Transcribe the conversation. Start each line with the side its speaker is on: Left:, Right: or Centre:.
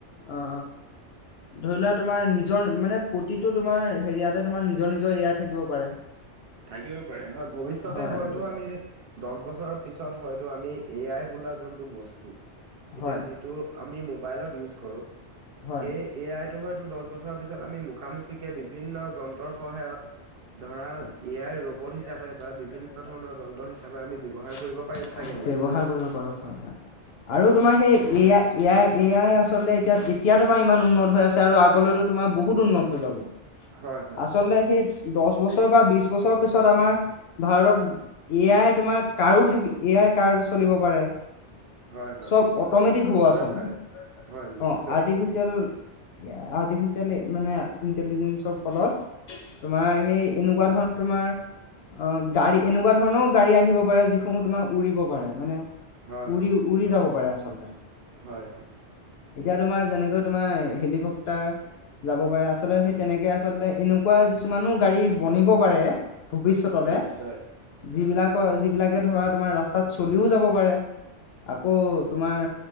Left: অ, ধৰি লোৱা তোমাৰ নিজৰ, মানে প্ৰতিটো তোমাৰ হেৰিয়াতে তোমাৰ নিজৰ নিজৰ এ, আই, থাকিব পাৰে।
Right: থাকিব পাৰে, হয় ভৱিষ্যতে
Left: হয়
Right: হয়তো
Left: গ-
Right: আমি, দহ বছৰৰ পিছত হয়তো আমি এ, আই, বোলা যোনটো বস্তু। এতিয়া
Left: হয়
Right: যিটো আমি মোবাইলত ইউজ কৰোঁ,
Left: হয়
Right: সেই এ, আই, টোহে ত দহ বছৰৰ পিছত আমি মুখামুখিকে, বিভিন্ন যন্ত্ৰৰ সহায়ত ধৰা
Left: <inaudible>
Right: এ আই ৰবট হিচাপে বা বিভিন্ন ধৰণৰ যন্ত্ৰ হিচাপে আমি ব্যৱহাৰ কৰিব পাৰিম চাগে নিশ্চয়।
Left: ব্যৱহাৰ কৰিব পাৰো। হয়, হয় আৰু তোমাৰ সেই এ, আই, এ, আই, এ, আই, আচলতে এতিয়া এতিয়া তোমাৰ ইমান উন্নত হৈ আছে, আৰু আগলৈতো তোমাৰ বহুত উন্নত হৈ যাব,
Right: হয় হয়
Left: আচলতে সেই দহ বছৰ বা বিশ বছৰৰ পিছত আমাৰ ভাৰত এ, আই, তোমাৰ কাৰো থাক এ, আই, কাৰ চলিব পাৰে।
Right: হয় হয়।
Left: চব অট'মেটিক
Right: নিশ্চয়
Left: হ'ব আচলতে
Right: পাৰে হয় নিশ্চয়
Left: অ, আৰ্টিফিচিয়েল। আৰ্টিফিচিয়েল মানে, ইণ্টেলিজেঞ্চৰ ফলত। তোমাৰ সেই, এনেকুৱা ধৰণৰ তোমাৰ অ, গাড়ী এনেকুৱা ধৰণৰও গাড়ী আহিব পাৰে, যিসমূহ তোমাৰ উৰিব পাৰে। মানে
Right: হয়
Left: উৰি,
Right: হয়
Left: উৰি, যাব পাৰে আচলতে।
Right: হয় হয়
Left: এতিয়া তোমাৰ, যেনেকৈ তোমাৰ, হেলিকপ্টাৰ তাৰ, যাব পাৰে আচলতে, সেই তেনেকে আচলতে এনেকুৱা কিছুমানো গাড়ী বনিব পাৰে। ভৱিষ্যতলে,
Right: নিশ্চয়
Left: যিবিলাকৰ যিবিলাকে, ধৰা তোমাৰ ৰাস্তাত চলিও যাব পাৰে। আকৌ তোমাৰ,